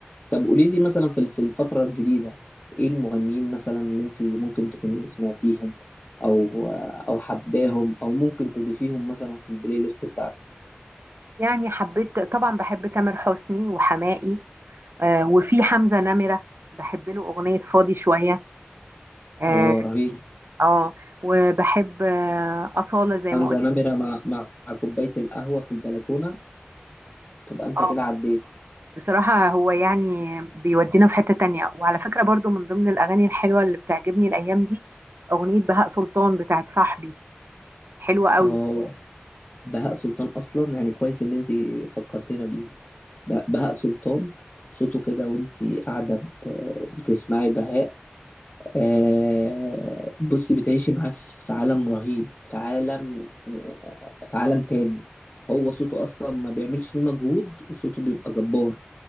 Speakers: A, on the left; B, on the right.
A: طب قولي لي مثلا في في الفترة الجديدة ايه المغنيين مثلا اللي انتي ممكن تكوني سمعتيهم او او حباهم او ممكن تضيفيهم مثلا في البلاي ليست بتاعتك
B: يعني حبيت طبعا بحب تامر حسني وحماقي آه وفي حمزة نمرة بحب له أغنية فاضي شوية اه,
A: اه رهيب
B: آه وبحب آه أصالة زي
A: حمزة
B: ما قلت
A: نمرة مع مع كوباية القهوة في البلكونة تبقى انت
B: اه
A: كده عديت
B: بصراحة هو يعني بيودينا في حتة تانية وعلى فكرة برضو من ضمن الأغاني الحلوة اللي بتعجبني الأيام دي أغنية بهاء سلطان بتاعت صاحبي حلوة قوي
A: اه بهاء سلطان اصلا يعني كويس ان انت فكرتينا بيه ب- بهاء سلطان صوته كده وانت قاعده ب- بتسمعي بهاء آه بصي بتعيشي معاه في في عالم رهيب في عالم آه، في عالم تاني هو صوته اصلا ما بيعملش فيه مجهود وصوته بيبقى جبار